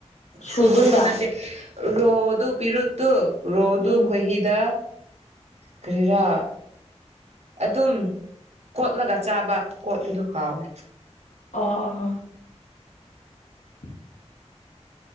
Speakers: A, on the left; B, on the right.
A: ꯁꯨꯗꯣꯏꯔꯥ
B: ꯁꯨꯕꯁꯨ ꯅꯠꯇꯦ ꯔꯣꯗꯨ ꯄꯤꯔꯨꯠꯇꯨ꯫ ꯔꯣꯗꯨ
A: ꯎꯝ
B: ꯈꯣꯏꯍꯤꯗ ꯀꯔꯤꯔꯥ꯫ ꯑꯗꯨꯝ ꯀꯣꯠꯂꯒ ꯆꯥꯕ ꯀꯣꯠꯄꯗꯨ ꯀꯥꯎꯔꯦ꯫
A: ꯑꯥ ꯑꯥꯑꯥ꯫ <inaudible>